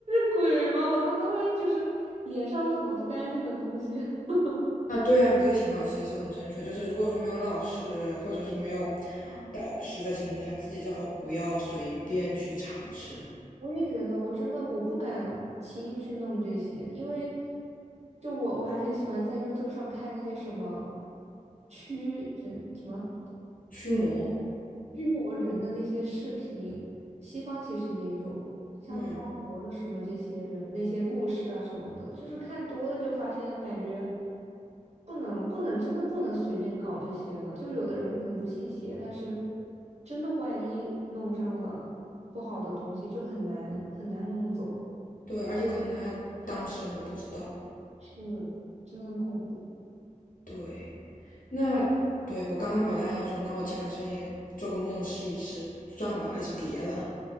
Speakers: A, on the right; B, on the left.
A: 鬼吗？我操，那万一就是脸上有什么不干净的东西？<laughs>
B: 啊，对啊，你这个想法其实是很正确。就是如果说没有老师或者是没有
A: 嗯
B: 导师的情况下，自己最好不要随便去尝试
A: 我也觉得，我真的我不敢轻易去弄这些，因为就我我还很喜欢在 YouTube 上看那些什么驱这什么
B: 驱魔。
A: 驱魔人的那些视频，西方其实也有，像抓魔的什么这些人那些故事啊什么的，
B: 嗯，
A: 就是看多了就发现感觉不能不能真的不能随便搞这些的，就有的人可能不信邪，但是真的万一弄上了不好的东西，就很难很难弄走。
B: 对，而且可能他当事人都不知道。
A: 是，真的很恐怖。
B: 对，那对我刚刚本来还想说，那我今晚深夜做个梦试一试，算了吧，还是别了，